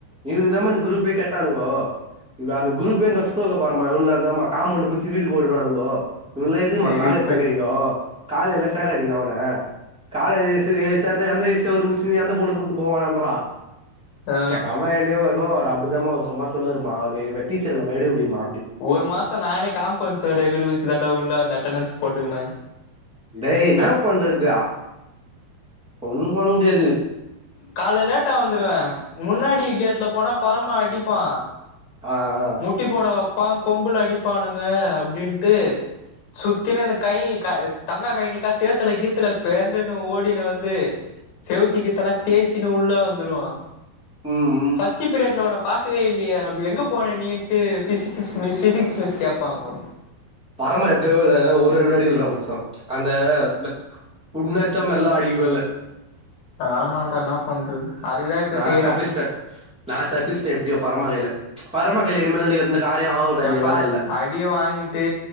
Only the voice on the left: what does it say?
சிரிப்பு
ஆ
ஒரு மாசோ நானே காம்பவுண்ட் செவுரு எகிரிகுச்சுதாண்டா உள்ள வந்து அட்டனன்ஸ் போட்டுக்கன
கால்ல லேட்டா வந்துருவ முன்னாடி கேட்ல போனா பறமா அடிப்பா
முட்டி போட வப்பா கொம்புல அடிப்பானுங்க அப்டின்ட்டு சுத்தினேந்த கை க தங்காகய் நிக்கா சேத்துல கீத்துல பேண்டுன்னு ஓடினு வந்து செவுத்து கித்தெல்லா தேச்சின்னு உள்ள வந்துருவா
ஃபஸ்ட்டு பீரியட்ல ஒன்ன பாக்கவே இல்லயே அப்டி எங்க போன நீ ட்டு ஃபிசிகிஸு மிஸ் ஃபிசிக்ஸ் மிஸ் கேப்பாங்க
ஆமாண்டா என்ன பண்றது அதுக்குதான் இப்ப
செய்யறான்
எப்பா
அடி வாங்கிட்டு